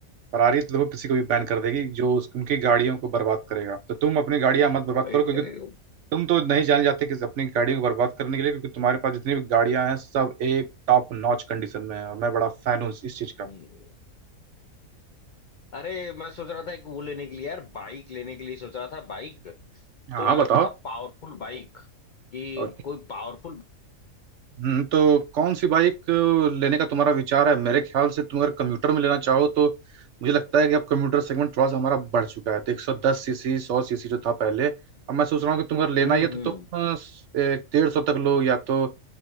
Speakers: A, on the right; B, on the left.
A: फरारी तो देखो किसी को भी बैन कर देगी जो उस- उनकी गाड़ियों को बर्बाद करेगा तो तुम अपनी गाड़ियां मत बर्बाद
B: वही
A: करो क्योंकि
B: करेगा
A: तुम तो नहीं जाने जाते कि अपनी गाड़ियों को बर्बाद करने के लिए क्योंकि तुम्हारे पास जितनी भी गाड़ियां हैं सब एक टॉप नॉच कंडीशन में है और मैं बड़ा फैन हूँ इस चीज का
B: हम्म। अरे मैं सोच रहा था एक वो लेने के लिए यार बाइक लेने के लिए सोच रहा था बाइक
A: हाँ
B: तो
A: हाँ,
B: जरा
A: बताओ
B: थोड़ा पावरफुल बाइक कि
A: और
B: कोई पावरफुल
A: हम्म, तो कौन सी बाइक लेने का तुम्हारा विचार है मेरे ख्याल से तुम अगर कम्यूटर में लेना चाहो तो मुझे लगता है कि अब कम्यूटर सेगमेंट थोड़ा सा हमारा बढ़ चुका है तो एक सौ दस सीसी सौ सीसी जो था पहले अब मैं सोच रहा हूँ कि तुम अगर लेना
B: हम्म
A: ही है तो
B: हम्म
A: तुम डेढ़ सौ तक लो या तो